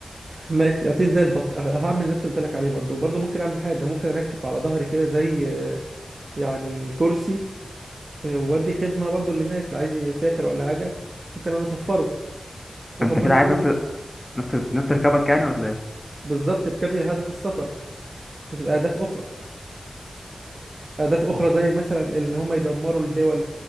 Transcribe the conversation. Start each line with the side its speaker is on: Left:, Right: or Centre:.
Right: ماشي هطير زي البط أه، هعمل نفس اللي قلت لك عليه برضو برضو ممكن اعمل حاجه ممكن اركب على ظهري كده زي آه، يعني كرسي آه، وادي خدمه برضو للناس اللي عايز يسافر ولا حاجه ممكن انا اسفره واخد
Left: انت
Right: منه
Left: كده عايز
Right: فلوس
Left: ناس ناس ناس تركبك يعني ولا ايه
Right: بالظبط ركبني لهدف السفر مش الاهداف اخرى أهداف أخرى زي مثلا إن هم يدمروا الدول